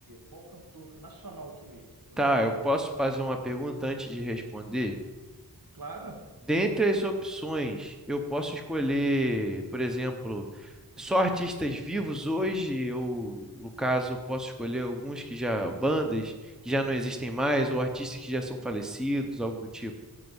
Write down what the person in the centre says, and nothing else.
Tá,
eu posso fazer uma pergunta antes de responder?
Dentre as opções, eu posso escolher, por exemplo, só artistas vivos hoje, ou no caso, posso escolher alguns que já, bandas que já não existem mais, ou artistas que já são falecidos, algo do tipo.